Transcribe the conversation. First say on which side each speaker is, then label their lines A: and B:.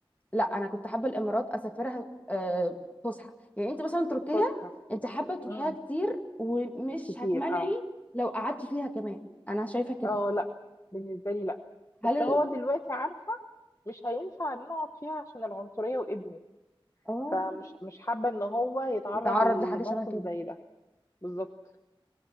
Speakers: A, on the left; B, on the left.
A: لا انا كنت حابه الامارات اسافرها آه فسحه يعني انت مثلا تركيا
B: فسحه
A: انت حابه تروحيها
B: امم
A: كتير ومش
B: كتير
A: هتمنعي
B: اه
A: لو قعدتي فيها كمان انا شايفه كده
B: اه لا بالنسبه لي لا بس
A: هل ال...
B: هو دلوقتي عارفه مش هينفع نقعد فيها عشان العنصريه وابني
A: اه
B: فمش مش حابه ان هو يتعرض
A: يتعرض
B: لموقف
A: لحاجه شبه كده
B: زي ده بالظبط